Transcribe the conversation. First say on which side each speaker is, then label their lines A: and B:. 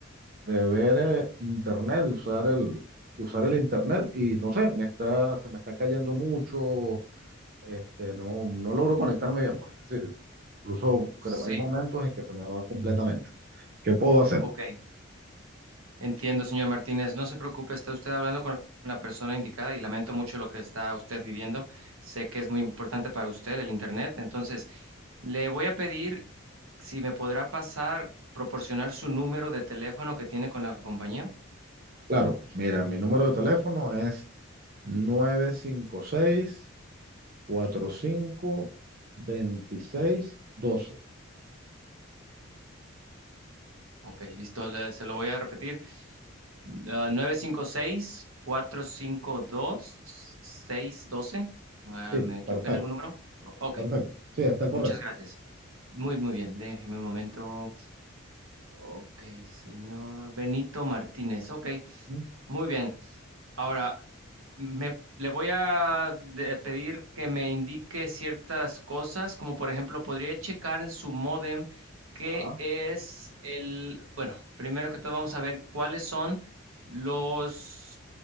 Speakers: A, on the right (about 45°); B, on the right (about 80°).
A: de ver eh, internet, de usar el, de usar el internet y no sé, me está, se me está cayendo mucho. Este, no, no logro conectarme bien, pues. Es decir, incluso
B: Sí,
A: creo- hay momentos en que se me va completamente. ¿Qué puedo hacer?
B: ok. Entiendo, señor Martínez. No se preocupe, está usted hablando con la persona indicada y lamento mucho lo que está usted viviendo. Sé que es muy importante para usted el Internet, entonces le voy a pedir si me podrá pasar, proporcionar su número de teléfono que tiene con la compañía.
A: Claro, mira, mi número de teléfono es nueve cinco seis. cuatro cinco veintiséis doce
B: Ok, listo, le- se lo voy a repetir. Ah, 956-452-612. Ah,
A: Sí,
B: ¿me equivoqué
A: perfecto,
B: en algún número? O- Ok,
A: perfecto. Sí, está correcto.
B: muchas gracias. Muy, muy bien, déjeme un momento. Ok, señor Benito Martínez. Ok,
A: Mm.
B: muy bien. Ahora, me, le voy a de- pedir que me indique ciertas cosas, como por ejemplo, podría checar en su módem qué
A: Ajá.
B: es el, bueno, primero que todo vamos a ver cuáles son los